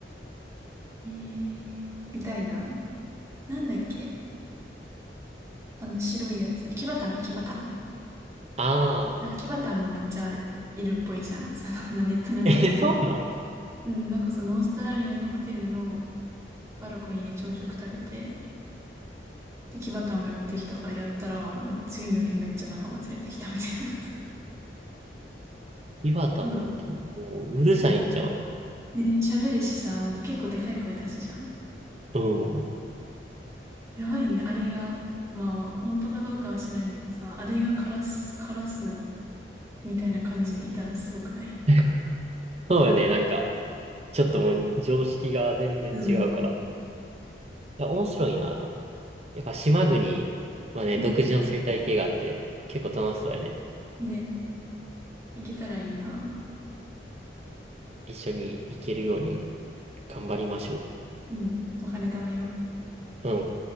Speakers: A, on the right (about 15°); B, on the right (about 35°).
A: ええみたいな。なんだっけあの白いやつ。キバタンか、キバタン。
B: ああ、
A: なんかキバタンもめっちゃいるっぽいじゃん。その、<laughs> まあ、ネットの情報だけど。
B: え、そうなん。
A: うん、なんかそのオーストラリアのホテルのバルコニーで朝食食べて、で、キバタンが寄ってきたからやったら、なんか次の日めっちゃ仲間連れてきたみたいな。<laughs>
B: 岩田なんてもう、
A: うん。
B: うるさいんじゃん。
A: うんね、喋るしさ、結構でかい声出すじゃん。
B: うん。
A: やばいね、あれが。まあ、本当かどうかは知らんけどさ、あれがカラス、カラスみたいな感じでいたらすごくない
B: <laughs> そうよね、なんか、ちょっともう常識が全然違うから。
A: うん。
B: いや、面白いな。やっぱ島国はね、
A: うん
B: 独自の生態系があって、結構楽しそうやね。
A: ね、いけたらいいな。
B: 一緒に行けるように頑張りましょ
A: うん、お金貯めよう。
B: う。うん。